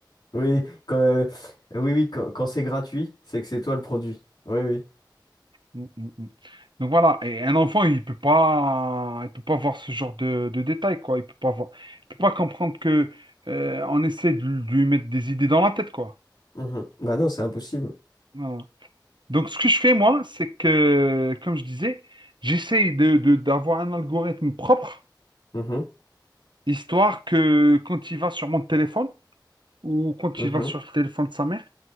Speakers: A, on the left (about 60°); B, on the right (about 75°).
A: Oui, quand, euh, oui, oui, quand, quand c'est gratuit, c'est que c'est toi le produit. Oui, oui.
B: Mm, mm, mm. Donc voilà, et un enfant, il peut pas, il peut pas voir ce genre de, de détails, quoi. Il peut pas voir, il peut pas comprendre que euh, on essaie de, lui mettre des idées dans la tête, quoi.
A: Mhm. Bah non, c'est impossible.
B: Voilà. Donc ce que je fais moi, c'est que, comme je disais, j'essaye de, de- d'avoir un algorithme propre,
A: Mhm.
B: histoire que quand il va sur mon téléphone ou quand
A: Mhm.
B: il va sur le téléphone de sa mère